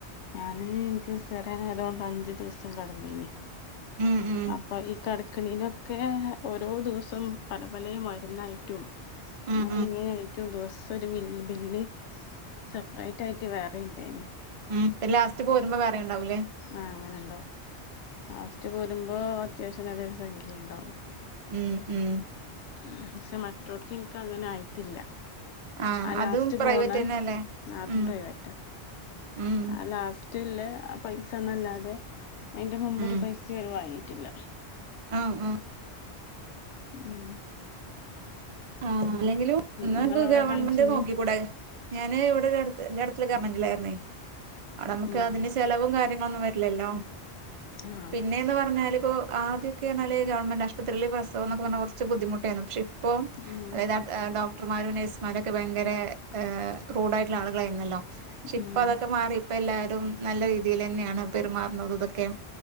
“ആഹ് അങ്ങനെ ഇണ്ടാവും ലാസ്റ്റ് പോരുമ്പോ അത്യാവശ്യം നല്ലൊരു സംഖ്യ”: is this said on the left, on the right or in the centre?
Left